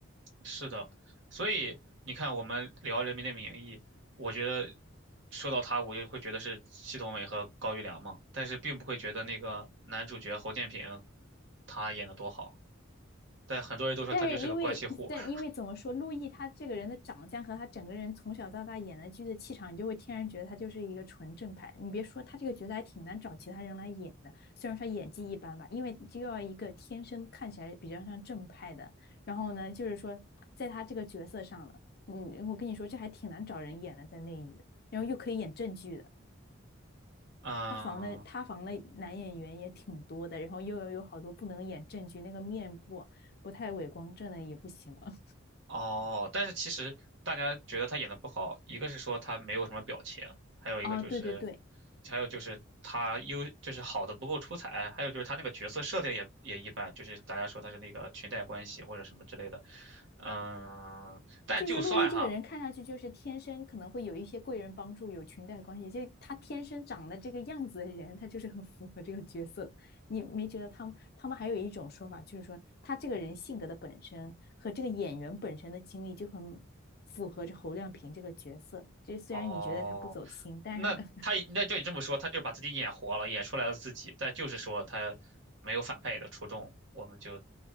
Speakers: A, on the right; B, on the left.
A: 是的，所以你看，我们聊《人民的名义》，我觉得说到他，我就会觉得是祁同伟和高育良嘛，但是并不会觉得那个男主角侯建平他演的多好，但很多人都说他就是个关系户儿
B: 但是因为，但因为怎么说，陆毅他这个人的长相和他整个人从小到大演的剧的气场，你就会天然觉得他就是一个纯正派。你别说他这个角色还挺难找其他人来演的，虽然说演技一般吧，因为就要一个天生看起来比较像正派的，然后呢，就是说在他这个角色上了，嗯，我跟你说这还挺难找人演的，在内娱，然后又可以演正剧的。
A: 嗯，
B: 塌房的塌房的男演员也挺多的，然后又有有好多不能演正剧，那个面部啊不太伟光正的也不行了。
A: 哦，但是其实大家觉得他演的不好，一个是说他没有什么表情，还有一个就是，
B: 啊，对对对，
A: 还有就是他优就是好的不够出彩，还有就是他那个角色设定也也一般，就是大家说他是那个裙带关系或者什么之类的，嗯，但就算哈，
B: 就是陆毅这个人看上去就是天生可能会有一些贵人帮助，有裙带关系，就他天生长得这个样子的人，他就是很符合这个角色。你没觉得他们他们还有一种说法，就是说他这个人性格的本身和这个演员本身的经历就很符合着侯亮平这个角色。就虽然你觉得他不走心，
A: 哦，
B: 但是
A: 那他那就你这么说，他就把自己演活了，演出来了自己，但就是说他没有反派演的出众，就。